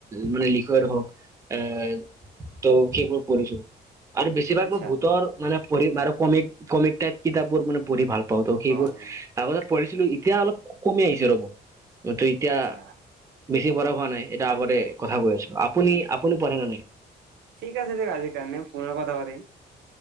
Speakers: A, on the right (about 15°); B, on the right (about 85°).
A: মানে লিখৰ হওক আহ ত সেইবোৰ পঢ়িছো আৰু বেছিভাগ
B: আচ্ছা।
A: মই ভূতৰ মানে পঢ়িম বাৰু কমিক কমিক টাইপ কিতাপবোৰ মানে পঢ়ি ভাল পাওঁ ত সেইবোৰ
B: অ'।
A: আগতে পঢ়িছিলো এতিয়া অলপ খুব কমি আহিছে ৰ'ব, এতিয়া
B: আচ্ছা,
A: বেছি পঢ়া হোৱা নাই এটা আগতে কথা
B: অ',
A: কৈ আছো, আপুনি আপুনি পঢ়ে ন নাই?
B: ঠিক আছে দিয়ক আজিৰ কাৰণে পুনৰ কথা পাতিম।